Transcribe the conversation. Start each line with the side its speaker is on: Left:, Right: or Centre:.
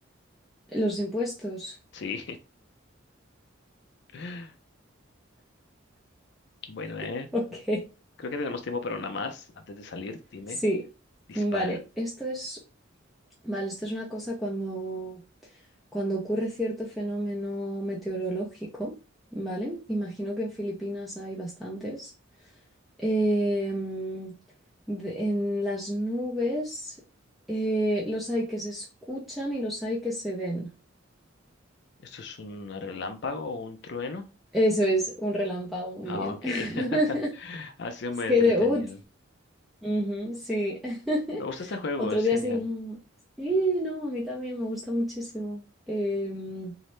Centre: Los impuestos.
Left: Sí. <laughs> Bueno, eh.
Centre: <laughs> Ok,
Left: Creo que tenemos tiempo para una más. Antes de salir, dime,
Centre: sí.
Left: dispara.
Centre: Vale, esto es. Vale, esto es una cosa cuando Cuando ocurre cierto fenómeno meteorológico, ¿vale? Imagino que en Filipinas hay bastantes. em, de- en las nubes eh, los hay que se escuchan y los hay que se ven.
Left: ¿Esto es un relámpago o un trueno?
Centre: Eso es un relámpago, muy
Left: Ah,
Centre: bien.
Left: ok.
Centre: <laughs>
Left: <laughs> Ha sido
Centre: Es
Left: muy
Centre: que
Left: entretenido.
Centre: de, uh, Ujú, sí. <laughs>
Left: Me gusta este juego,
Centre: Otro
Left: es
Centre: día
Left: genial.
Centre: sí. mm, Sí, no, a mí también me gusta muchísimo. Em,